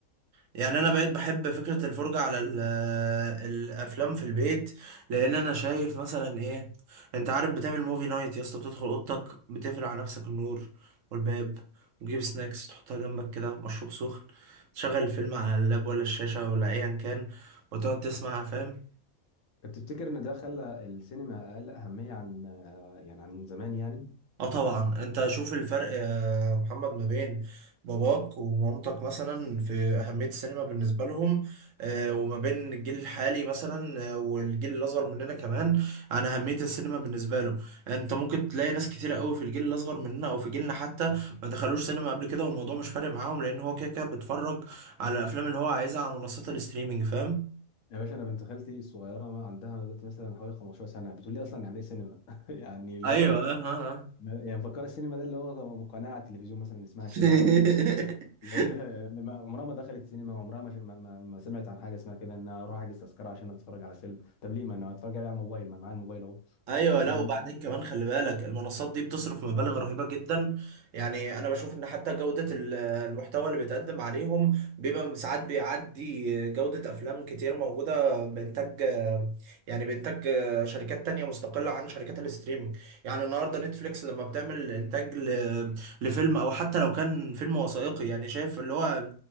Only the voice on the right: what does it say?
يعني انا بقيت بحب فكرة الفرجة على ال- آه، الافلام في البيت لان انا شايف مثلا ايه انت عارف بتعمل موفي نايت يا اسطى بتدخل اوضتك بتقفل على نفسك النور والباب وتجيب سناكس تحطها جنبك كده مشروب سخن تشغل الفيلم على اللاب ولا الشاشة ولا ايا كان وتقعد تسمع فاهم
اه طبعا انت شوف الفرق يا محمد ما بين باباك ومامتك مثلا في اهميه السينما بالنسبه لهم آه، وما بين الجيل الحالي مثلا آه، والجيل الاصغر مننا كمان عن اهميه السينما بالنسبه له انت ممكن تلاقي ناس كتيره قوي في الجيل الاصغر مننا او في جيلنا حتى ما دخلوش سينما قبل كده والموضوع مش فارق معاهم لان هو كده كده بيتفرج على الافلام اللي هو عايزها على منصات الاستريمنج فاهم
ايوه
ها
<laughs>
ايوه لا
وبعدين
كمان خلي بالك المنصات دي بتصرف مبالغ رهيبه جدا يعني انا بشوف ان حتى جوده ال- المحتوى اللي بيتقدم عليهم بيبقى ساعات بيعدي جوده افلام كتير موجوده بانتاج يعني بانتاج شركات تانية مستقله عن شركات الاستريمنج يعني النهارده نتفليكس لما بتعمل انتاج ل- لفيلم او حتى لو كان فيلم وثائقي يعني شايف اللي هو